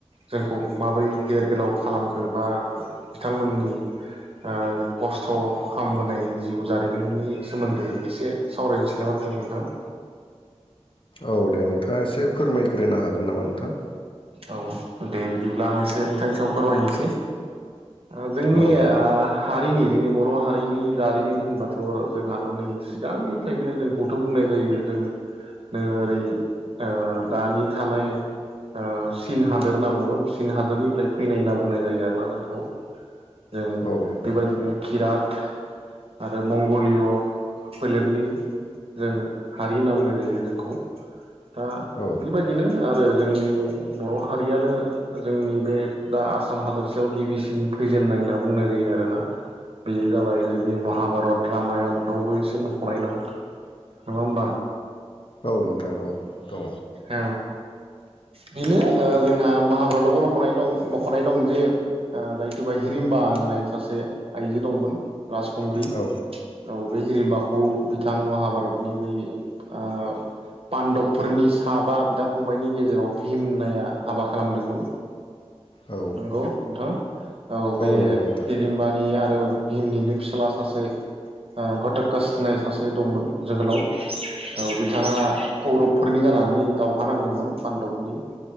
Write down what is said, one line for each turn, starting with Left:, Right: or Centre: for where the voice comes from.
Right: जोंखौ माबोरै गेर गोलाव खालामखो बा बिथांमोननि ओह खस्थ' खालामबोनाय जिउ जारिमिननि सोमोन्दै एसे सावरायनोसै नामा जों नोंथां?
Left: औ दे नोंथाङा एसे फोरमायग्रोनो हागोन नामा नोंथां?
Right: औ दे बिदिब्ला आं एसे नोंथांनि सि आव फोरमायनोसै। ओ जोंनि
Left: औ दे
Right: आह हारिनि जोंनि बर' हारिनि जारिमिन होनबाथ' जोंहाथ' नै सिगांनिफ्रायनो जोंखौथ' बुंनाय जायो जोंनो ओरै ओह दानि थानाय ओह चीन हादोर होनना बुङो चीन हादोरनिफ्राय फैनाय होनना बुंनाय जायो आरोना जोंखौ। जों
Left: औ नोंथां
Right: बेबायदिनो किरात आरो मंगलिय' फोलेरनि जों हारि होनना बुंनाय जायो जोंखौ। दा
Left: औ
Right: बेबायदिनो आर बो जोंनि बर' हारियानो जोंनि बे दा आसाम हादरसायाव गिबिसिन फैजेननाय होनना बुंनाय जायो आरोना बेयो जाबाय जोंनि महाभारत रामायनफ्रावबो एसे मख'नाय दं नङा होमबा?
Left: औ नोंथां औ द
Right: औ बेनो ओह जोंहा माहाभारतआवबो लखनाय दं मख'नाय दं जे ओह जायथुबा हिरिमबा होननाय सासे आइजो दंमोन राजखुंग्रि
Left: औ
Right: औ बे हिरिमबाखौ बिथां महाभारतनि बै ओह पान्दब फोरनि साबा बिदा फंबायनि गेजेराव भिम होननाया हाबा खालामदोंमोन।
Left: औ
Right: नंगौ नोंथां औ बे
Left: नंगौ नोंथां
Right: हिरिमबानि आरो भिमनिनो फिसाला सासे ओ घटत्कास होननाय सासे दंमोन जोहोलाव औ बिथाङा कौरबफोरनि गानानै दावहा नांदोंमोन पान्दबनि